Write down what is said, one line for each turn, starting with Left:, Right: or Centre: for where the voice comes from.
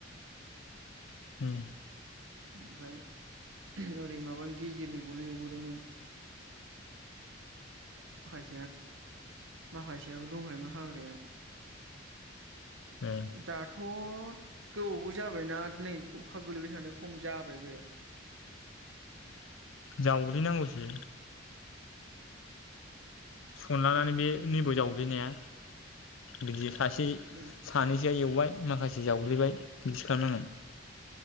Left: उम।
Right: ओमफाय ओरै माबा गेजेरनिखौल' एवबोदोंमोन। आ माखासेयाबो दंखायोमोन हाग्राया
Left: ओ
Right: दाथ' थ' गोबावबो जाबायना नै अखा गोलैबाय थानो खम जाबाय बे।
Left: जावग्लिनांगौसो सनलानानै
Right: उम
Left: बे नै बाव जावग्लिनाया। बिदि सासे
Right: उम
Left: सानैजों सेया एवबाय माखासे जावग्लिबाय बिदि खालामनांगोन।